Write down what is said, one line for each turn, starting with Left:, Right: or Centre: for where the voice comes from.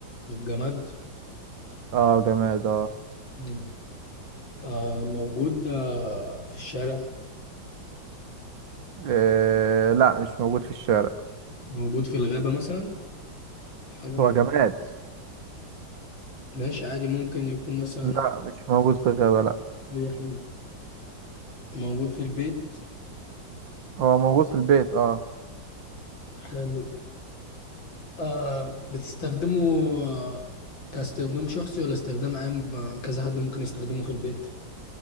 Left: طب جماد
Right: اه جماد اه
Left: مم. آه موجود آه في الشارع
Right: إيه لا مش موجود في الشارع
Left: موجود في الغابة مثلا حاجة مو...
Right: هو جماد
Left: ماشي عادي ممكن يكون مثلا
Right: لا مش موجود في الغابة لا
Left: أي حاجة موجود في البيت
Right: هو موجود في البيت اه
Left: حلو آه بتستخدمه آه، كاستخدام شخصي ولا استخدام عام آه، كذا حد ممكن يستخدمه في البيت